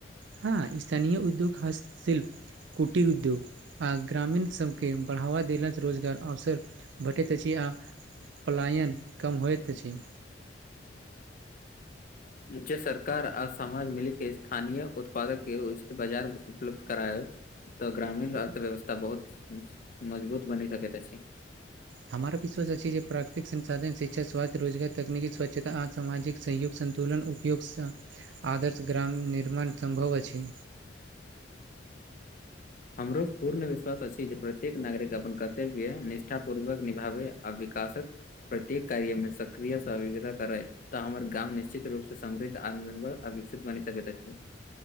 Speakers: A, on the right; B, on the left.
A: हँ स्थानिय उद्योग हास्तशिल्प कुटीर उद्योग आ ग्रामीण सभकेँ बढ़ावा देला सऽ रोजगार अवसर भेटैत अछि आ पलायन कम होइत अछि
B: जे सरकार आ समाज मिलिक के स्थानीय उत्पादक के उचित बाजार उपलब्ध कराय तऽ ग्रामीण अर्थव्यवस्था बहुत मजबूत बनी सकैत अछि
A: हमरा विश्व अछि छै जे प्राकृतिक संसाधन शिक्षा स्वास्थ्य रोजगार तकनिकी स्वच्छता आ सामाजिकऽ सहयोग सन्तुलन उपयोगस आदर्श ग्राम निर्मण सम्भव अछि
B: हमरो पूर्ण विश्वास अछि जे प्रत्येक नागरिकऽ अपन कर्तव्य निष्ठा पूर्वक निभाबै आ विकासक प्रत्येक कार्यमे सक्रिय सवगता कर त हमर गाम निश्चित रूपसँ समृद्ध आत्मनिर्भर आर विकसित बनि सकैत अछि